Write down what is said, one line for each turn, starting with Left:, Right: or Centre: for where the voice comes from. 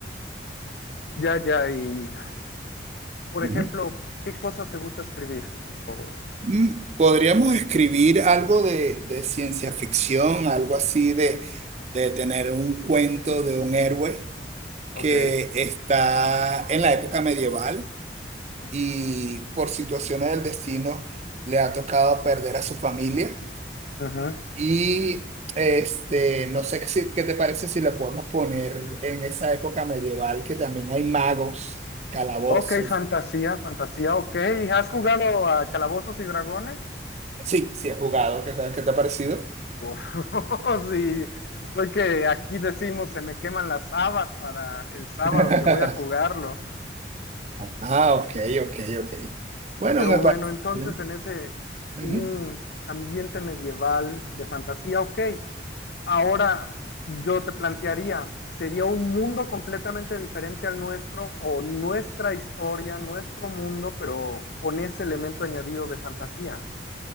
Left: Ya, ya, y por
Right: Ujú.
Left: ejemplo, ¿qué cosas te gusta escribir? O-
Right: Mm, Podríamos escribir algo de, de ciencia ficción, algo así de, de tener un cuento de un héroe
Left: ok,
Right: que está en la época medieval y por situaciones del destino le ha tocado perder a su familia
Left: ujú.
Right: Y este, no sé si- qué te parece si le podemos poner en esa época medieval que también hay magos, calabozos.
Left: Ok, fantasía, fantasía, ok. ¿Has jugado a Calabozos y Dragones?
Right: Sí, sí he jugado. ¿Qué tal? ¿Qué te ha parecido?
Left: Uf, <laughs> sí, estoy que aquí decimos se me queman las habas para el sábado
Right: <laughs>
Left: que voy a jugarlo.
Right: Ah, ok, ok, ok. Bueno,
Left: Pero
Right: me
Left: bueno,
Right: parece.
Left: entonces
Right: bien.
Left: en ese
Right: Ujú.
Left: un ambiente medieval de fantasía, ok. Ahora yo te plantearía, ¿sería un mundo completamente diferente al nuestro o nuestra historia, nuestro mundo, pero con ese elemento añadido de fantasía?